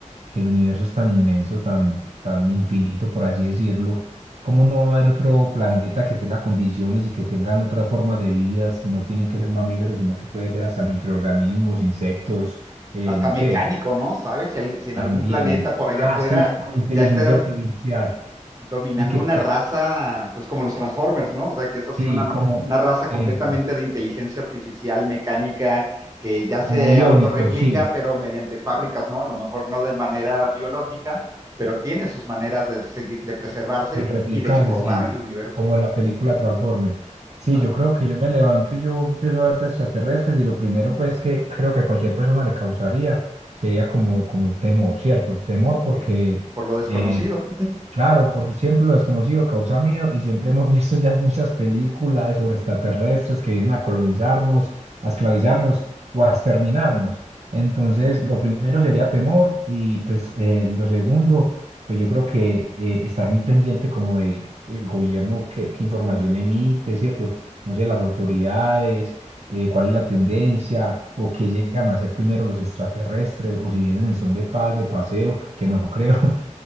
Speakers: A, on the right; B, on the right.
A: que el universo es tan inmenso, tan, tan infinito, por así decirlo? ¿Cómo no va a haber otro planeta que tenga condiciones y que tengan otras formas de vidas? No tienen que ser mamíferos, sino que puede ser hasta microorganismos, insectos, eh,
B: Hasta
A: no
B: mecánico,
A: sé,
B: ¿no? ¿Sabes? Si, al- si en
A: también.
B: algún planeta por allá
A: Ah,
B: afuera
A: sí, con inteligencia
B: ya está
A: artificial
B: dominando
A: y que,
B: una
A: cre-
B: raza, pues como los Transformers, ¿no? O sea, que es así
A: sí,
B: una,
A: como,
B: una raza completamente
A: eso,
B: de inteligencia artificial, mecánica, que ya
A: como
B: se
A: biónicos,
B: autorreplica,
A: sí.
B: pero mediante fábricas, ¿no? A lo mejor no de manera biológica, pero tiene sus maneras de, segui- de preservarse
A: de replicarse,
B: y de explorar
A: sí,
B: el universo.
A: como en la película Transformers. Sí,
B: Ajá.
A: yo creo que yo me levanto y yo empiezo a ver extraterrestres y lo primero pues que creo que a cualquier persona le causaría sería como, como temor, ¿cierto? Temor
B: Sí,
A: porque
B: el- por lo desconocido.
A: eh, Claro, por siempre lo desconocido causa miedo y siempre hemos <laughs> visto ya muchas películas sobre extraterrestres que vienen a colonizarnos, a esclavizarnos o a exterminarnos. Entonces, lo primero sería temor y pues eh, lo segundo, pues yo creo que eh, estar muy pendiente como de el gobierno, qué, qué información emite, ¿cierto? No sé, las autoridades, eh, cuál es la tendencia o qué llegan a hacer primero los extraterrestres o si vienen en son de paz, de paseo, que no creo. <laughs>